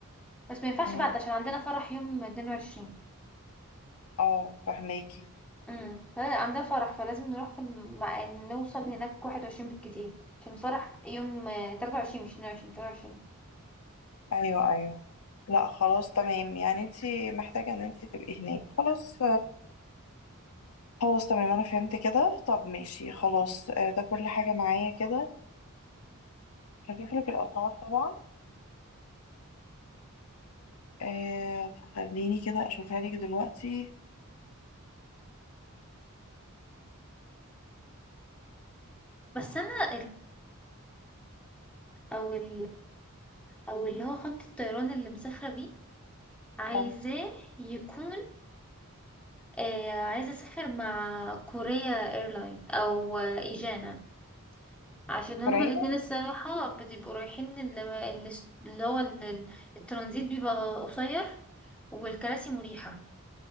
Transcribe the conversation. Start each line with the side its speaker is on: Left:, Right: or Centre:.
Centre: بس ما ينفعش
Left: مم.
Centre: بعد عشان عندنا فرح يوم اتنين وعشرين
Left: اه فهماكي
Centre: امم لا، عندنا فرح فلازم نروح في الم... مع- نوصل هناك واحد وعشرين بالكتير عشان الفرح يوم آه، تلاتة وعشرين مش اتنين وعشرين تلاتة وعشرين
Left: ايوه ايوه لا خلاص تمام يعني انت محتاجة ان انت تبقي هناك خلاص خلاص تمام انا فهمت كده طب ماشي خلاص آه، ده كل حاجة معايا كده هشوف لك الاسعار طبعا آه، فخليني كده اشوفها لك دلوقتي
Centre: بس انا او ال او اللي هو خط الطيران اللي مسافره بيه عايزاه
Left: اه
Centre: يكون آه عايزه اسافر مع كوريا ايرلاين او آه، ايجانا عشان هما
Left: كورية
Centre: الاتنين الصراحه بتبقوا رايحين اللي, اللي هو ال- الترانزيت بيبقى قصير والكراسي مريحه